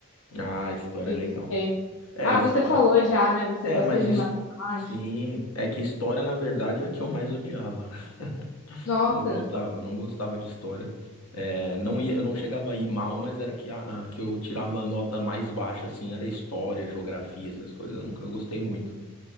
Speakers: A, on the left (about 75°); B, on the left (about 60°).
A: Ah, história
B: E
A: é legal.
B: você?
A: É,
B: Ah,
A: história.
B: você falou já, né? Você
A: É,
B: gosta
A: mas
B: de
A: isso.
B: matemática.
A: Sim, é que história, na verdade, é a que eu mais odiava. <laughs>
B: Nossa,
A: Eu não gostava, não gostava de história. É, não ia, eu não chegava a ir mal, mas era que, a, a- que eu tirava a nota mais baixa, assim, era história, geografia, essas coisas, eu nunca gostei muito,